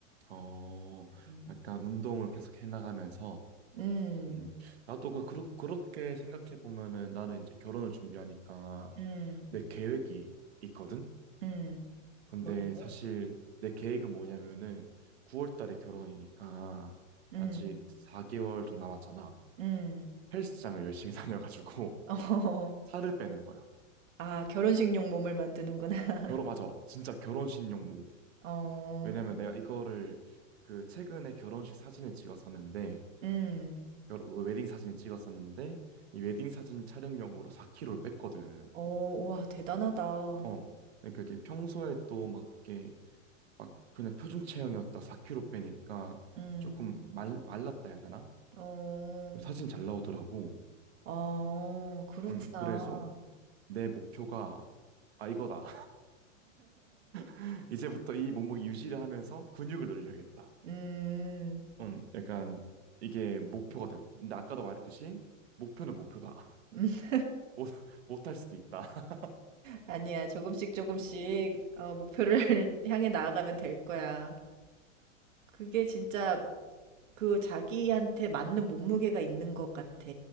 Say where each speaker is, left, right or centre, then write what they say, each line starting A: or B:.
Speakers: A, on the right; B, on the right.
A: 어,
B: 음.
A: 약간 운동을 계속 해나가면서,
B: 음,
A: 음. 나도 그, 그렇- 그렇게 생각해보면은 나는 이제 결혼을 준비하니까
B: 음,
A: 내 계획이 있거든?
B: 음,
A: 근데
B: 뭔데?
A: 사실 내 계획은 뭐냐면은 9월 달에 결혼이니까
B: 음,
A: 아직 4개월 좀 남았잖아.
B: 음.
A: 헬스장을 열심히 <laughs> 다녀가지고
B: <laughs> 어,
A: 살을 빼는 거야.
B: 아, 결혼식용 몸을 만드는구나.
A: 결혼, 맞아. 진짜 결혼식 용몸.
B: <laughs> 어,
A: 왜냐면 내가 이거를 그 최근에 결혼식 사진을 찍었었는데
B: 음,
A: 결, 그 웨딩 사진을 찍었었는데 이 웨딩 사진 촬영용으로 4kg를 뺐거든.
B: 어, 와, 대단하다.
A: 어. 그러니까 이게 평소에 또 막 이게 막 그냥 표준 체형이었다 4kg 빼니까
B: 음,
A: 조금 말 말랐다 해야 되나?
B: 어,
A: 사진 잘 나오더라고.
B: 어, 그렇구나.
A: 음. 그래서 내 목표가 아 이거다. <laughs> 이제부터 이 몸무게 유지를 하면서 근육을 늘려야겠다.
B: 음,
A: 음. 약간 이게 목표가 돼. 근데 아까도 말했듯이 목표는 목표다.
B: <laughs>
A: 못, <laughs> 못할 수도 있다. <laughs>
B: 아니야, 조금씩 조금씩 어, 목표를 <laughs> 향해 나아가면 될 거야. 그게 진짜 그 자기한테 맞는 몸무게가 있는 것 같아.